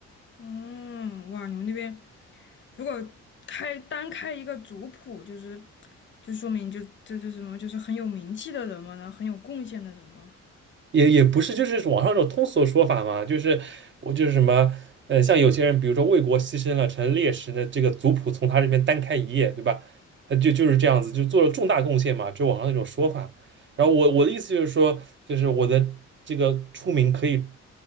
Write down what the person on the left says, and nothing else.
嗯，哇，你们那边如果开单开一个族谱，就是就说明就这就是什么，就是很有名气的人嘛，然后很有贡献的人嘛。